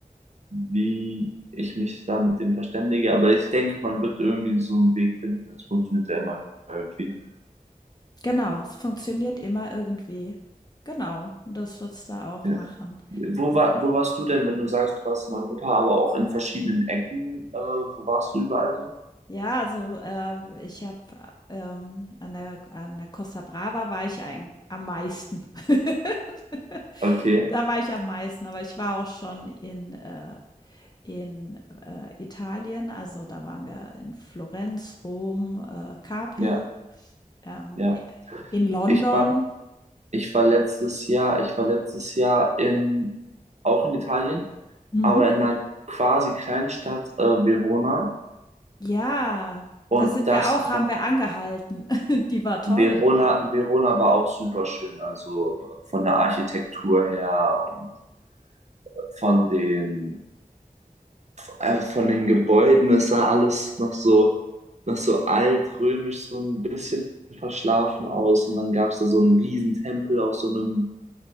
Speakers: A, on the right; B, on the left.
A: wie ich mich da mit denen verständige. Aber ich denke, man wird irgendwie so einen Weg finden. Es funktioniert ja immer irgendwie.
B: genau. Es funktioniert immer irgendwie. Genau. Und das wird's da auch
A: Ja.
B: machen.
A: Wo war, wo warst du denn, wenn du sagst, du warst in Europa, aber auch in verschiedenen Ecken? Äh, wo warst du überall so?
B: Ja, also, äh, ich habe, ähm, an der an der Costa Brava war ich eigen am meisten. <laughs>
A: Okay,
B: Da war ich am meisten, aber ich war auch schon in, äh in, äh, Italien. Also, da waren wir in Florenz, Rom, äh, Capri.
A: ja,
B: Ähm,
A: ja.
B: äh, in London.
A: Ich war, ich war letztes Jahr, ich war letztes Jahr in, auch in Italien,
B: Mhm.
A: aber in einer quasi Kleinstadt, äh, Verona.
B: Ja,
A: Und
B: da sind
A: das
B: wir auch haben
A: war,
B: wir angehalten. <laughs> Die war toll.
A: Verona, Verona war auch super schön, also äh, von der Architektur her und äh, von den äh, von den Gebäuden, es sah alles noch so, noch so altrömisch, so ein bisschen verschlafen aus. Und dann gab es da so einen riesen Tempel auf so einem